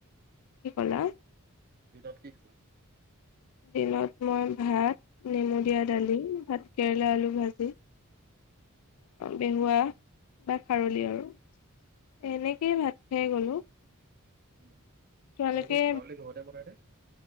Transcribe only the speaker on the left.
কি ক'লা
দিনত মই ভাত নেমু দিয়া দালি ভাত কেৰেলা আলু ভাজি তেনেকুৱা বা খাৰলি
আৰু এনেকেই ভাত সেই গলো
তোমালোকে